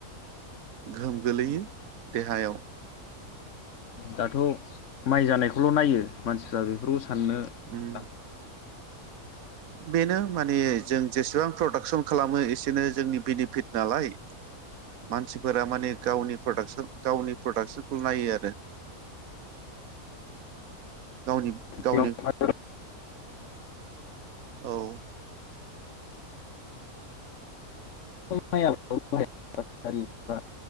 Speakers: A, on the right (about 70°); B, on the left (about 60°).
A: गोहोम गोलैयो देहायाव
B: दाथ' माइ जानायखौल' नायो मानसिफ्रा बेफोरखौ साननो
A: उम
B: बा
A: बेनो माने जों जेसेबां प्रडाक्सन खालामो एसेनो जोंनि बेनिफिट नालाय मानसिफोरा माने गावनि प्रडाक्सन गावनि प्रडाक्सनखौल' नायो आरो। गावनि
B: बेखौथ'
A: गावनि औ
B: माइ आबादाव बाहायारि बा